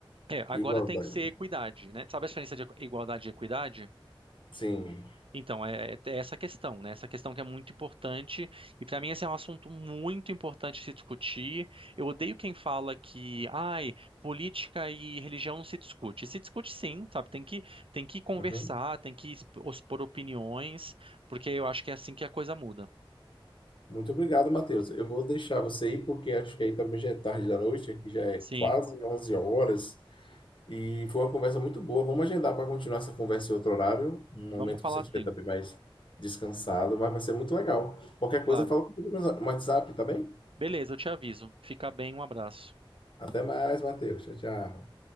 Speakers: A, on the right (about 70°); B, on the left (about 60°).
A: É, agora
B: Igualdade.
A: tem que ser equidade, né? Sabe a diferença de equ- igualdade e equidade?
B: Sim.
A: Então, é, é essa questão, né? Essa questão que é muito importante. E para mim, esse é um assunto muito importante se discutir. Eu odeio quem fala que, ai, política e religião não se discute. Se discute sim, sabe? Tem que, tem que conversar,
B: Uhum.
A: tem que exp- expor opiniões, porque eu acho que é assim que a coisa muda.
B: Muito obrigado, Matheus. Eu vou deixar você ir, porque acho que aí também já é tarde da noite, aqui já é
A: Sim,
B: quase 11 horas. E foi uma conversa muito boa. Vamos agendar para continuar essa conversa em outro horário, um
A: vamos
B: momento
A: falar
B: que você estiver
A: sim,
B: também mais descansado, mas vai ser muito legal. Qualquer
A: claro.
B: coisa, fala comigo no WhatsApp, tá bem?
A: Beleza, eu te aviso. Fica bem, um abraço.
B: Até mais, Matheus. Tchau, tchau.